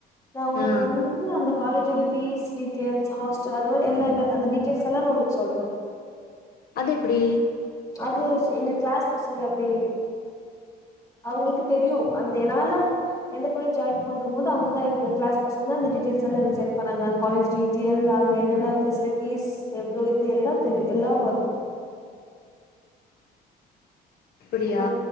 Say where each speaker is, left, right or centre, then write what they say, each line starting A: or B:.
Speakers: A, on the left (about 20°); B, on the left (about 65°).
A: நா உனுக்கு
B: ஆ
A: வந்து அந்த காலேஜோட ஃபீஸ் டீட்டியெல்ஸ் ஹாஸ்டல் அது மாரி எல்லா அந்த டீட்டியெல்ஸ் ஸெல்லாம உனக்கு சொல்ற
B: அதெப்டி
A: அது எங்க க்ளாஸ் பசங்க அப்டி அவுங்களுக்கு தெரியு அந்த நாலா எந்த காலஜ் ஜாயின் பண்ணும் போது அவுங்கதா எங்க கிளாஸ் பசங்க அந்த டீட்டியெல்ஸ்லா எனக்கு சென் பண்ணாங்க அந்த காலேஜ் டி எல்லாமே அங்க என்னென்ன ஃபெசிலிட்டிஸ் எவ்ளோ இது எல்லா தெரியு எல்லா வரு
B: அப்படியா?
A: ஆ